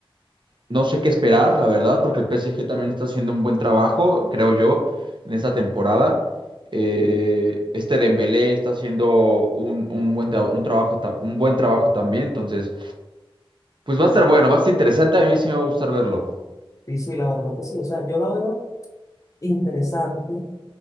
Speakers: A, on the right; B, on the left.
A: no sé qué esperar, la verdad, porque el PSG también está haciendo un buen trabajo, creo yo, en esta temporada. Eh, este Dembélé está haciendo un, un buen, tra- un trabajo, ta- un buen trabajo también, entonces, pues va a estar bueno, va a estar interesante, a mí sí me va a gustar verlo.
B: sí, sí, la verdad que sí, o sea, yo la veo interesante,